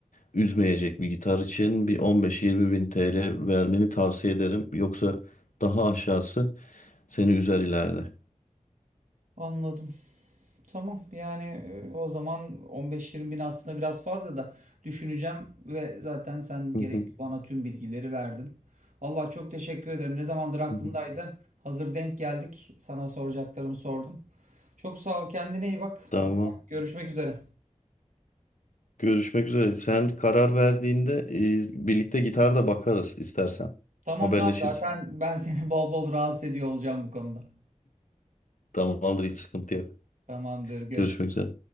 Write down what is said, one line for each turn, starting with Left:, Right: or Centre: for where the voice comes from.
Left: üzmeyecek bir gitar için bir 15-20 bin TL vermeni tavsiye ederim. Yoksa daha aşağısı seni üzer ileride.
Right: Anladım. Tamam yani e, o zaman 15-20 bin aslında biraz fazla da düşüneceğim ve zaten sen
Left: Hı
Right: gerekli
Left: hı,
Right: bana tüm bilgileri verdin. Vallahi çok teşekkür ederim. Ne zamandır aklımdaydı.
Left: hı hı.
Right: Hazır denk geldik. Sana soracaklarımı sordum. Çok sağ ol. Kendine iyi bak.
Left: Tamam.
Right: O zaman görüşmek üzere.
Left: Görüşmek üzere. Sen karar verdiğinde e, birlikte gitar da bakarız istersen.
Right: Tamam
Left: Haberleşiriz.
Right: tamam zaten ben seni <laughs> bol bol rahatsız ediyor olacağım bu konuda.
Left: Tamamdır hiç sıkıntı yok.
Right: Tamamdır. Görüşürüz.
Left: Görüşmek üzere.